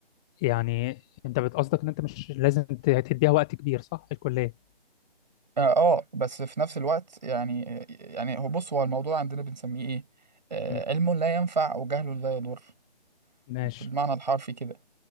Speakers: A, in the centre; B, on the right.
A: يعني انت بتقصدك ان انت مش لازم ت- تديها وقت كبير صح الكلية
B: اه آه، بس في نفس الوقت يعني يعني هو بص هو الموضوع عندنا بنسميه ايه آه
A: امم
B: علم لا ينفع وجهل لا يضر
A: ماشي
B: بالمعنى الحرفي كده